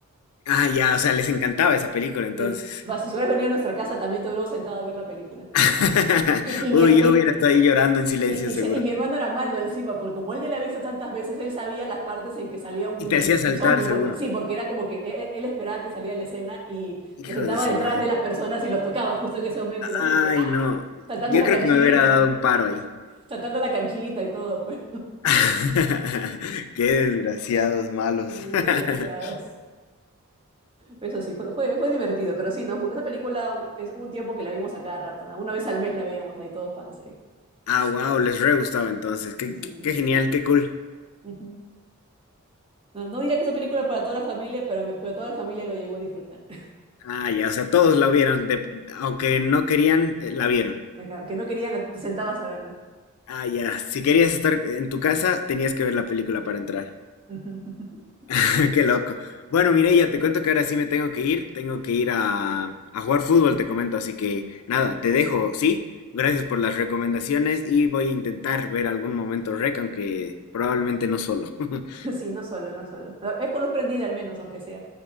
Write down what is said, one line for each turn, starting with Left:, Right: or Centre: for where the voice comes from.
Left: Ah, ya, o sea, les encantaba esa película entonces.
Right: Sí, va, si hubieras venido a nuestra casa, también te hubiéramos sentado a ver la película.
Left: <laughs>
Right: Y, y, mi,
Left: Uy,
Right: her-
Left: yo
Right: y,
Left: hubiera estado ahí llorando en silencio
Right: y, y
Left: seguro.
Right: si- y mi hermano era malo encima, porque como él ya la ha visto tantas veces, él sabía las partes en que salía un,
Left: Y te hacía saltar
Right: un zombie.
Left: seguro.
Right: Pues no, sí, porque era como que e- e, él, esperaba que saliera la escena y
Left: Hijo
Right: se sentaba
Left: de su
Right: detrás
Left: madre.
Right: de las personas y los tocaba justo en ese momento, y la
Left: Ay,
Right: gente, ¡ah!
Left: no.
Right: saltando
Left: Yo
Right: la
Left: creo
Right: canchita.
Left: que me hubiera dado
Right: ¿eh?
Left: un paro ahí.
Right: tratando la canchita y todo, pues
Left: <laughs> Qué desgraciados malos.
Right: sí,
Left: <laughs>
Right: desgraciados. Pero eso sí, fue, fue, fue divertido, pero sí, nos, gu- esa película u- es un tiempo que la vimos a cada rato, ¿no? Una vez al mes la veíamos ahí todos fans.
Left: Ah, wow, les re gustaba entonces. Qué,
Right: Sí, sí,
Left: qué
Right: sí.
Left: qué
Right: sí.
Left: genial, qué cool.
Right: Ujú. No, no diría que es una película para toda la familia, pero, me- pero toda la familia lo llegó a disfrutar. <laughs>
Left: Ah, ya, o sea, todos la vieron, de- aunque no querían, eh, la vieron.
Right: Acá, Que no querían, la- te sentabas a verla.
Left: Ah, ya, si querías estar en tu casa, tenías que ver la película para entrar.
Right: Ujú. <laughs>
Left: <laughs> Qué loco. Bueno, Mireya, te cuento que ahora sí me tengo que ir, tengo que ir a, a jugar fútbol, te comento, así que nada, te dejo, ¿sí? Gracias por las recomendaciones y voy a intentar ver algún momento rec, aunque probablemente no solo. <laughs>
Right: Sí, no solo, no solo. Ah, Es con luz prendida al menos, aunque sea.